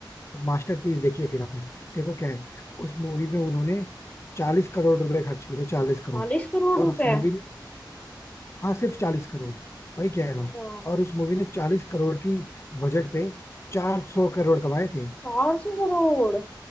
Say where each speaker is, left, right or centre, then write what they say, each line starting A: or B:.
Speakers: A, on the left; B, on the left.
A: मास्टरपीस देखिए फिर आपने देखो क्या है उस मूवी में उन्होंने चालीस करोड़ रुपए खर्च किए थे चालीस करोड़
B: चालीस करोड़
A: और
B: रुपए
A: उस मूवी ने हाँ सिर्फ चालीस करोड़ वही कह
B: अच्छा
A: रहा हूँ और उस मूवी ने चालीस करोड़ की बजट पे चार सौ करोड़ कमाए थे
B: चार सौ करोड़